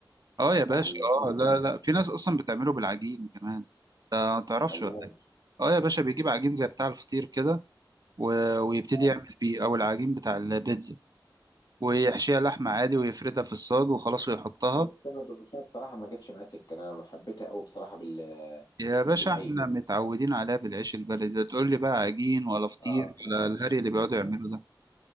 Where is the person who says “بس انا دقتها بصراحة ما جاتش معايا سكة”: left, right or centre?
Left